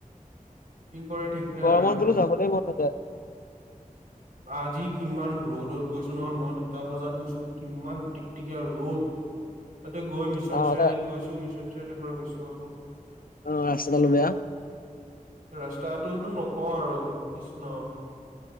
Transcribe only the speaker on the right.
কি কৰে ঠিক নাই
আৰু
আজি কিমান ৰ'দত গৈছো নহয়, মই দুটা বজাত গৈছো কিমান টিকটিকীয়া ৰ'দ। তাতে গৈ মিছন
চাৰিআলিত
গৈছো, মিছন চাৰিআলিৰ পৰা গৈছো আকৌ।
ৰাস্তাটোতো নকওঁ আৰু, কৃষ্ণ!